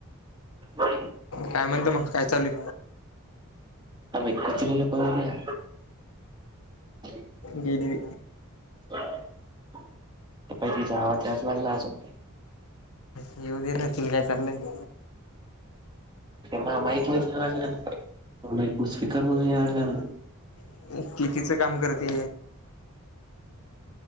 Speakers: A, on the right; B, on the left.
A: ब.
B: काय म्हणत मग काय चालूल
A: आम एकूच ल पार्या <unintelligible>
B: गली.
A: ते पाहि तिचा हवाज जाच लागला असं.
B: येऊ दे नतील काय चाललंय.
A: म माईक म लागला ना माईक स्पीकर मधून लागला ना.
B: ह. कितीचं काम करते.